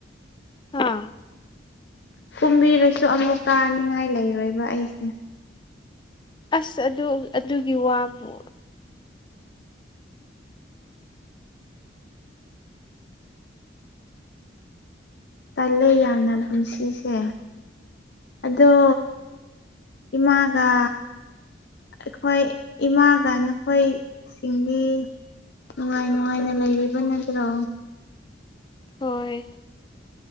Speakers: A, on the left (about 25°); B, on the left (about 60°).
A: ꯍꯥ
B: ꯀꯨꯝꯕꯤꯔꯥꯁꯨ ꯑꯃꯨꯛ ꯀꯥꯅꯤꯡꯉꯥꯏ ꯂꯩꯔꯣꯏꯕ ꯑꯩꯁꯦ
A: ꯑꯁ ꯑꯗꯨ ꯑꯗꯨꯒꯤ ꯋꯥꯕꯨ
B: ꯇꯜꯂꯦ ꯌꯥꯝꯅ ꯄꯨꯟꯁꯤꯁꯦ ꯑꯗꯣ ꯏꯃꯥꯒꯥ ꯑꯩꯈꯣꯏ ꯏꯃꯥꯒꯥ ꯅꯈꯣꯏ ꯁꯤꯡꯗꯤ ꯅꯨꯡꯉꯥꯏ ꯅꯨꯡꯉꯥꯏꯅ ꯂꯩꯔꯤꯕ ꯅꯠꯇ꯭ꯔꯣ
A: ꯍꯣꯏ